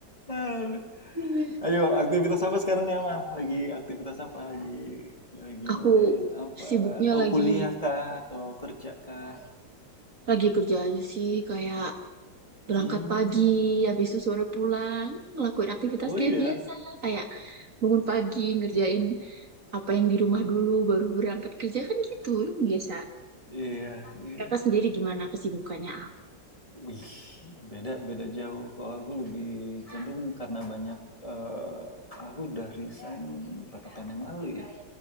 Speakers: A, on the left; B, on the right.
A: Aduh.
B: Iya.
A: Ayo, aktivitas apa sekarang nih Amal? Lagi aktivitas apa? Lagi lagi
B: Aku
A: ngerjain apa?
B: sibuknya
A: Atau
B: lagi,
A: kuliah kah? Atau kerja kah?
B: lagi kerja aja sih. Kayak berangkat
A: Hmm.
B: pagi, habis itu sore pulang. Ngelakuin aktivitas
A: Oh
B: kayak
A: iya.
B: biasa. Kayak bangun pagi, ngerjain apa yang di rumah dulu baru berangkat kerja kan gitu yang biasa
A: Iya, iya.
B: kakak
A: iya.
B: sendiri gimana kesibukannya
A: Wih, beda beda jauh. Kalau aku lebih cenderung karena banyak eh, aku udah resign berapa tahun yang lalu ya?